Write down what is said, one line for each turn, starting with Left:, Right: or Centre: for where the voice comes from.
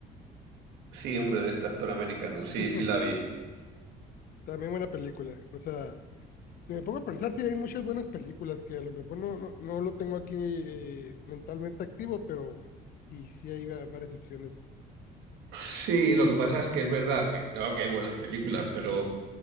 Right: Sí, hombre, de este actor americano. Sí,
Left: <laughs>
Right: sí la vi.
Left: También buena película. O sea, si me pongo a pensar, sí hay muchas buenas películas que a lo mejor no, no, no lo tengo aquí eh, mentalmente activo, pero sí, sí hay va- varias opciones
Right: Sí,
Left: de
Right: lo
Left: que, que-
Right: que pasa
Left: que
Right: es que es verdad que claro que hay buenas películas, pero